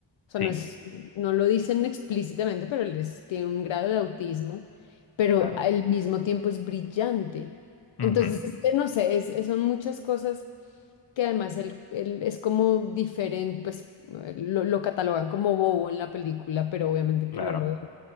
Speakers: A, on the left; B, on the left.
A: O sea,
B: Sí,
A: no es, no lo dicen explícitamente, pero él es- tiene un grado de autismo, pero
B: claro.
A: al mismo tiempo es brillante. Entonces,
B: Ujú,
A: este, no sé, es, son muchas cosas que además él, él es como diferente, pues eh, lo, lo catalogan como bobo en la película, pero obviamente
B: claro.
A: que no lo es.